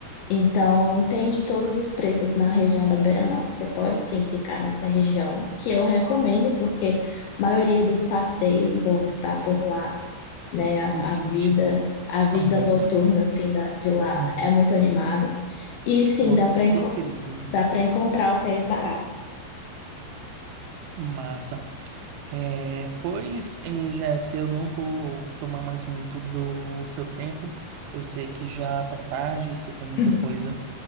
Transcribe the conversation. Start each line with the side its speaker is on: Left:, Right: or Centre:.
Left: Então, tem de todos os preços na região da Beira-Mar. Você pode sim ficar nessa região, que eu recomendo, porque a maioria dos passeios vão estar por lá, né? A,
Right: entendi.
Left: a vida, a vida
Right: Aham.
Left: noturna assim da, de lá
Right: Hum.
Left: é muito animada. E sim,
Right: Nossa,
Left: dá para
Right: que incrível.
Left: dá para encontrar hotéis baratos.
Right: Massa. É, pois, eh, Jéssica, eu não vou tomar mais muito do seu tempo. Eu sei que já tá tarde, você tem muita
Left: <laughs>
Right: coisa